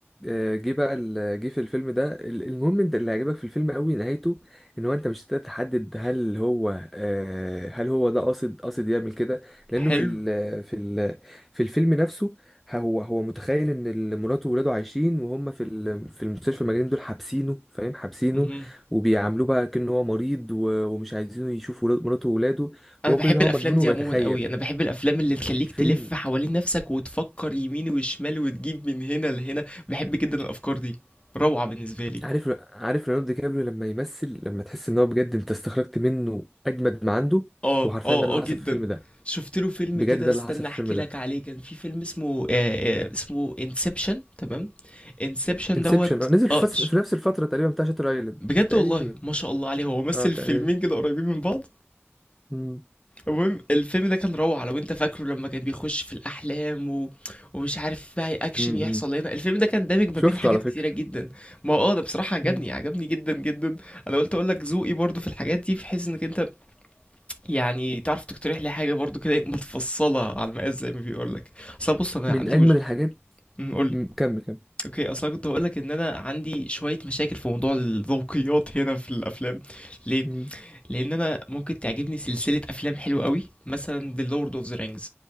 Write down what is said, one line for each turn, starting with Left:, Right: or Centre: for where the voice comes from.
Centre: آه، جه بقى ال- جه في الفيلم ده ال- المهم انت اللي عجبك في الفيلم قوي نهايته ان هو انت مش هتقدر تحدد هل هو آه، هل هو ده قاصد قاصد يعمل كده
Left: حلو
Centre: لانه في ال في ال في الفيلم نفسه هو هو متخيل ان ال- مراته وولاده عايشين وهم في ال- في المستشفى المجانين دول حابسينه فاهم حابسينه
Left: مهم.
Centre: وبيعاملوه بقى كأنه هو مريض و- ومش عايزينه يشوف ولاد- مراته وولاده
Left: انا
Centre: وهو
Left: بحب
Centre: كل ده
Left: الافلام
Centre: هو مجنون
Left: دي
Centre: وبيتخيل
Left: عموما قوي انا بحب الافلام اللي تخليك
Centre: الفيلم
Left: تلف حوالين نفسك وتفكر يمين وشمال وتجيب من هنا لهنا بحب جدا الافكار دي روعة بالنسبة لي
Centre: عارف عارف ليوناردو دي كابريو لما يمثل لما تحس ان هو بجد انت استخرجت منه اجمد ما عنده
Left: اه
Centre: وحرفيا
Left: اه
Centre: ده اللي
Left: اه جدا
Centre: حصل في الفيلم ده
Left: شفت له فيلم
Centre: بجد
Left: كده
Centre: ده
Left: استنى
Centre: اللي حصل في
Left: احكي
Centre: الفيلم ده
Left: لك عليه كان في فيلم اسمه آه آه اسمه انسبشن تمام انسبشن
Centre: انسبشن
Left: دوت
Centre: نزل في,
Left: اه
Centre: فس...
Left: ش-
Centre: في نفس الفتره تقريبا بتاع شاتر ايلاند
Left: بجد
Centre: تقريبا
Left: والله ما شاء الله عليه هو مثل
Centre: اه تقريبا
Left: فيلمين كده قريبين من بعض
Centre: مم.
Left: المهم الفيلم ده كان روعة لو انت فاكره لما كان بيخش في الاحلام و... ومش عارف بقى اكشن
Centre: امم
Left: يحصل هنا الفيلم ده كان دامج
Centre: شفته
Left: ما بين حاجات
Centre: على فكره
Left: كتيرة جدا ما اه ده بصراحة عجبني
Centre: مم.
Left: عجبني جدا جدا انا قلت اقول لك ذوقي برضو في الحاجات دي بحيث انك انت يعني تعرف تقترح لي حاجة برضو كده متفصلة على المقاس زي ما بيقولك اصل بص انا
Centre: من
Left: عندي
Centre: اجمد
Left: مش...
Centre: الحاجات
Left: أمم، قولي
Centre: مم. كمل كمل
Left: اوكي اصل أنا كنت هقولك ان انا عندي شوية مشاكل في موضوع الذوقيات هنا في الافلام ليه
Centre: مم.
Left: لان انا ممكن تعجبني سلسلة افلام حلوة قوي مثلا The Lord of the Rings